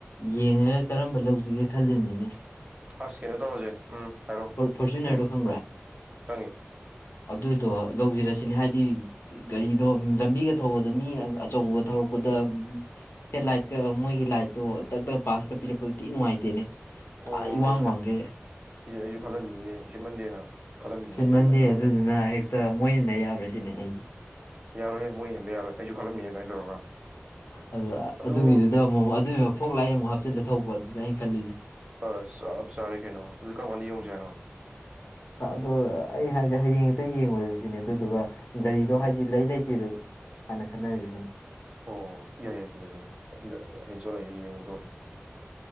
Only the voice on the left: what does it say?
ꯌꯦꯡꯉꯒ ꯀꯔꯝꯕ ꯂꯧꯁꯤꯒꯦ ꯈꯜꯂꯤꯕꯅꯤꯅꯦ
ꯐꯣꯔꯆꯨꯅꯔꯗꯣ
ꯈꯪꯕ꯭ꯔꯥ
ꯑꯗꯨꯗꯣ ꯂꯧꯖꯔꯁꯤꯅꯦ ꯍꯥꯏꯗꯤ ꯒꯥꯔꯤꯗꯣ ꯂꯝꯕꯤꯒ ꯊꯧꯕꯗ ꯃꯤ ꯑꯆꯧꯕ ꯊꯧꯔꯛꯄꯗ ꯍꯦꯠ ꯂꯥꯏꯠꯀ ꯃꯣꯏꯒꯤ ꯂꯥꯏꯠꯇꯣ ꯗꯛ ꯗꯛ ꯄꯕꯥꯁꯀ ꯄꯤꯔꯛꯄꯗꯣ ꯇꯤ ꯅꯨꯡꯉꯥꯏꯇꯦꯅꯦ
ꯑꯥ ꯏꯋꯥꯡ ꯋꯥꯡꯈꯩ
ꯁꯨꯠ
ꯃꯟꯗꯦ
ꯑꯗꯨꯗꯨꯅ ꯍꯦꯛꯇ ꯃꯣꯏꯅꯅ ꯌꯥꯕ꯭ꯔꯁꯤ ꯁꯤꯅꯦ ꯑꯩ
ꯑꯗꯨ
ꯑꯗꯨꯒꯤꯗꯨꯗ ꯑꯃꯨꯛ ꯑꯗꯨꯒꯤ ꯐꯣꯛ ꯂꯥꯏꯅ ꯑꯃꯨꯛ ꯍꯥꯞꯆ ꯆꯤꯂꯦ ꯊꯧꯕ ꯑꯗꯨꯗ ꯑꯩꯅ ꯈꯜꯂꯤꯁꯦ
ꯑꯗꯣ ꯑꯩ ꯍꯥꯏꯁꯦ ꯍꯌꯦꯡ ꯍꯦꯛꯇ ꯌꯦꯡꯉꯨꯔꯁꯤꯅꯦ ꯑꯗꯨꯏꯗꯨꯒ ꯒꯥꯔꯤꯗꯣ
ꯍꯥꯏꯗꯤ ꯂꯩ ꯂꯩꯇꯦ ꯑꯗꯨ ꯀꯅ ꯈꯅ ꯍꯥꯏꯕꯤꯒꯅꯤ